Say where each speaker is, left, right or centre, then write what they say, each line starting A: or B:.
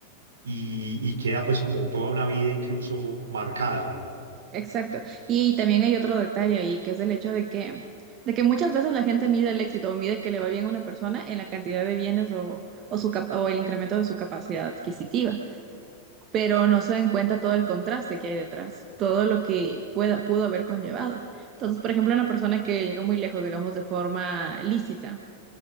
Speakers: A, on the right; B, on the right.
A: y, y queda pues como toda una vida incluso marcado.
B: Exacto. Y también hay otro detalle ahí, que es el hecho de que, de que muchas veces la gente mide el éxito o mide que le va bien a una persona en la cantidad de bienes o, o, su, cap- o el incremento de su capacidad adquisitiva, pero no se dan cuenta todo el contraste que hay detrás, todo lo que pueda, pudo haber conllevado. Entonces, por ejemplo, una persona que llegó muy lejos, digamos, de forma lícita.